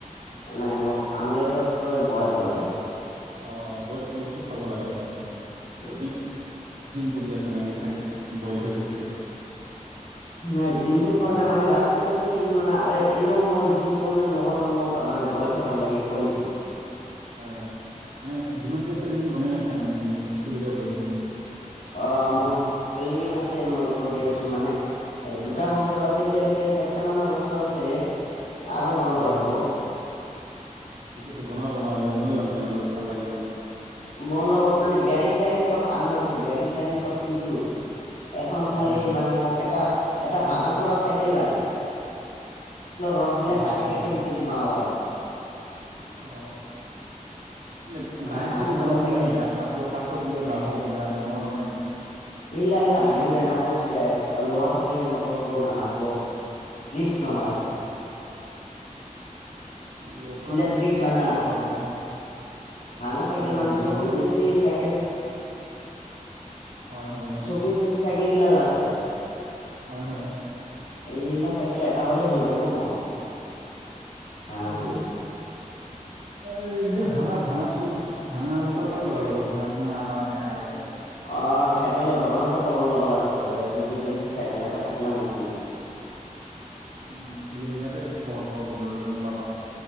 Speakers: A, on the left; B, on the right.
A: নাই মোক আমলেটতকৈ বইল ভাল লাগে।
B: অ, বইল বস্তু খাব লাগে হয়।
A: উম,
B: অ কৰি আছে নেকি চাগে বইল হৈ বেছি
A: নাই জিম টিম কৰা নাই মানে ৰা <unintelligible> কৰি আছিলো কেইদিনমানানে এনেও মই জিম কৰিলেও নকৰলে মোক মানে বইল খাই ভাল লাগে কণীটো।
B: হয়, হয় মানে জিমত কিব প্লেনিং বনাই আছা মানে যে যেন খুলি গ গলেনে।
A: অ, মোৰ প্লেনিং আছে মই কৰি আছো মানে। এ, দুটা বস্তু আছে এতিয়ালৈকে চাৰিটা মানৰ বস্তু আছে। আৰু বনাব
B: হয়
A: লাগিব।
B: হয়। ঠিক আছে বনাও বনাও মইও যাম তেনেহলে ভাল লাগিব।
A: মোৰ লগত মানে বেৰিং-চেৰিং চব অনা হৈছে বেয়াৰং চেয়াৰং চব কিনছো। এখন
B: হয়
A: থালি
B: হয়।
A: মানে মোক এটা এটা ভাঙাচোৰা চাইকেল লাগে। ৰদবিলাক
B: ভাঙাচোৰা
A: কাটি
B: চাইকেল
A: কাটি সেইত দি বনাব লাগে।
B: অ এ
A: মানে
B: বাহে
A: ভাঙা
B: ঠাই দি
A: চৰা
B: বনাব
A: চাইকেল
B: নোৱাৰে নি কাঠ কাঠৰ কাঠৰ কিবা বাঁহৰ কিবা কিবা বনাব নে নেকি?
A: ইলা ইলা ভাঙি যায় না। পচি যায়। লোহা থাকলে নপচব, নাভাংব। ৰিক্স
B: অ।
A: নহয়
B: লোহা
A: হিলাত
B: তুমি
A: ৰিক্স হয় না
B: ক'ত পাবা তে?
A: ভাঙা চাইকেল
B: উম,
A: মানে চব্বিছ
B: লোহাটো
A: ইঞ্চি চাইকেল।
B: হয় হয় হয়।
A: চৌবিছে চাইকেল গিলা যে আছে।
B: হয় হয়।
A: এইলা চাইকেল এটা হলে হৈ যাব মোৰ। ভাঙা
B: অ, <unintelligible>
A: চিঙা
B: ভাগা। ভাঙা চ ভাঙা <unintelligible> লব লাগব, ভাঙা ছিঙা আলা আহে যে।
A: অ, চাইকেলৰ দোকানতে খবৰ ল'বা লাগব যে চৌবিছ ইঞ্চৰ চাইকেল এটা থাকলে মোক দিবি।
B: উম, সিলে সিলাতে খবৰ পোৱা বুলি কলে তুমি পাবা।